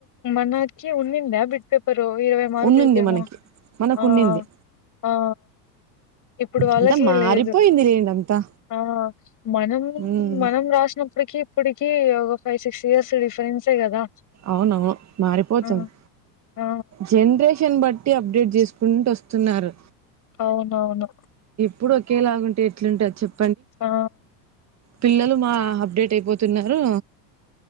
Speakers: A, on the left; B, on the right.
A: మనకి ఉన్నిందా బిట్ పేపర్ తో ఇరవై మార్
B: ఉన్నింది
A: కుల్ కేమో
B: మనకి మనకు
A: ఆ ఆ
B: ఉన్నింది
A: ఆ ఆ ఇప్పుడు వాళ్ళ
B: అంతా
A: జీ
B: మారిపోయింది
A: లేదు
B: లేండి అంతా
A: ఆ మనం
B: ఉమ్
A: మనం రాసినప్ డ్ టికి ఇపుడికి ఓ ఓ ఫై సిస్ ఇయర్స్ రిఫరెన్స్ ఏ గదా
B: అవును మారిపోతుంది
A: ఆ! ఆ!
B: జన్ రేషన్ బట్ ట్టీ అబ్ డెట్ చేసుకుంటూ ఒస్తున్నారు
A: అవునవును.
B: పుడు ఒకేలాగుంటే ఎట్లుంటది చెప్
A: ఆ
B: పిల్లలు మా అబ్ డెట్ అయిపోతున్నారు